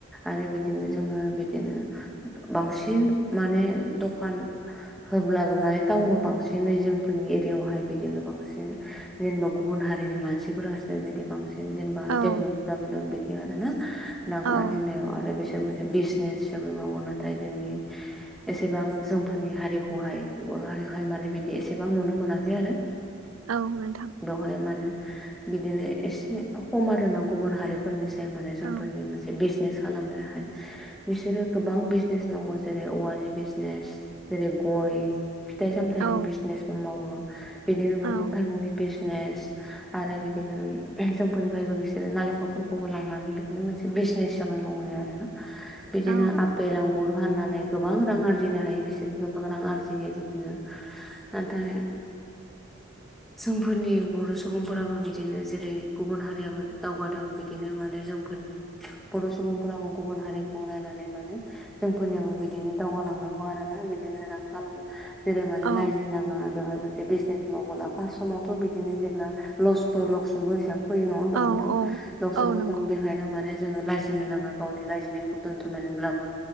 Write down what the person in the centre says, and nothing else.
आरो बिदिनो जोङो बिदिनो बांसिन माने दखान होब्लाबो माने टाउनाव बांसिनै जोंफोरनि एरियायावहाय बि दिनो बांसिन जेनेबा गुबुन हारिनि मानसिफोरासो बिदि बांसिन जेनेबा
देबलभलप जाबोदों बिदि आरो ना रां
आरजिनायाव आरो बिसोर मोनसे बिज नेस हिसाबै मावो नाथाय जोंनि एसेबां जोंफोरनि हारिखौहाय बर' हारिखौहाय माने बिदि एसेबां नुनो मोनाखै आरो।
बेवहाय माने बिदिनो एसे खम आरोना गुबुन हारिफोरनिसाय माने जोंफोरनि
मोन से बिजनेस खालामनो हाय बिसोरो गोबां बिजनेस मावो जेरै औवानि बिजनेस, जेरै गय। फिथाइ सामथाइनि
बिजनेसबो मावो। बिदिनो मैगं
थाइगंनि बिजनेस आरो बिदिनो जोंफोरनिफ्रायबो बिसोरो नालेंखलफोरखौबो लांनानै बिद बिदिनो मोनसे बिजनेस हिसाबै मावैयो आरोना बिदिनो
आब पेल आंगुर फाननानै गोबां रां आरजिनो हायो बिसोर गोबां रां आरजियो बिदिनो। नाथाय जोंफोरनि बर' सुबुंफोराबो बिदिनो जेरै गुबुन हारियाबो दावगादों बिदिनो माने जोंफोरनि बर' सुबुंफोराबो गुबुन हारिखौ नायनानै माने जोंफोरनियाबो बिदिनो दावगालांनांगौ आरोना बि दिनो रां खालाम जेरै माने
लाइजिनो नाङा बेवहाय मोनसे बिजनेस बोला फास समावथ' बिदिनो जेब्ला लस बो लकसनबो हिसाबै फैयो नङा होनबा
नोंथां
लकसनबो
जों बे हायनो माने जोङो लाजिनो नाङा गावनि लाजिनायखौ दोनथ'नानैब्लाबो